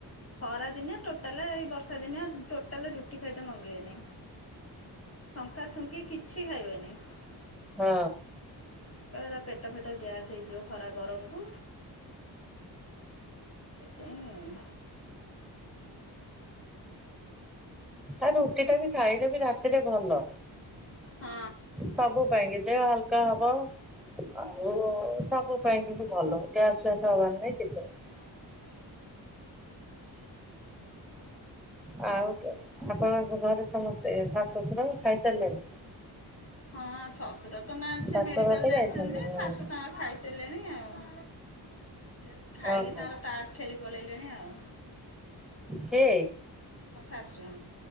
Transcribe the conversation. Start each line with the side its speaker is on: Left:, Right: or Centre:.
Left: ଖରା ଦିନିଆ ଟୋଟାଲ ଏଇ ବର୍ଷା ଦିନିଆ ଟୋଟାଲ ରୁଟି ଖାଇ ତ ମଙ୍ଗିବନି। ଛଙ୍କା ଛୁଙ୍କି କିଛି ଖାଇବେନ। କହିବେ
Centre: ହଁ।
Left: ଏଭରା ପେଟ ଫେଟ ଗ୍ୟାସ ସେଇ ଯଉ ଖରା ଗରମକୁ ସେଇଥିାଇଁ
Centre: ଆ ରୁଟି ଟା ବି ଖାଇଲେ ବି ରାତିରେ ଭଲ।
Left: ହଁ
Centre: ସବୁ ପାଇ କେି ଦେ ହଲକା ହବ ଆଉ ସବୁ ପାଇଁ କିନ୍ତୁ ଭଲ ଗ୍ୟାସ ଫ୍ୟାସ ହବାର ନାଇଁ କିଛି ନହିଁ।
Left: <unintelligible> ଉଁ ହୁଁ।
Centre: ଆଉ ଆପଣ ଘରେ ସମସ୍ତେ ଶାଶୁ ଶଶୁର ଖାଇସାରିଲେଣି?
Left: ହଁ। ସେ ନାହାନ୍ତି
Centre: ଶାଶୁର
Left: ସେ ମେଡ଼ିକାଲ
Centre: ତ
Left: ଯାଇଛନ୍ତି
Centre: ହଁ।
Left: ଶାଶୁ ତାଙ୍କର ଖାଇସାରିଲେଣି ଆଉ। ସେ ଖାଇକି
Centre: ଓହୋ
Left: ତାର ତାସ ଖେଳି ପଳେଇଲେଣି ଆଉ।
Centre: କେ?
Left: ମୋ ଶାଶୁ।